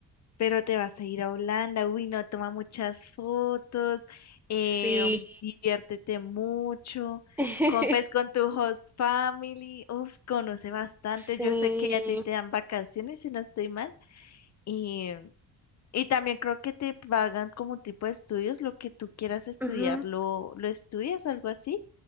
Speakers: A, on the left; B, in the centre.
A: Pero te vas a ir a Holanda, uy, no, toma muchas fotos, eh,
B: Sí,
A: diviértete mucho,
B: <laughs>
A: compes con tu host family, uf, conoce bastante,
B: sí,
A: yo sé que a ti te dan vacaciones, si no estoy mal, y, y también creo que te pagan como tipo de estudios, lo que tú quieras estudiar,
B: ujú,
A: lo, lo estudias, algo así,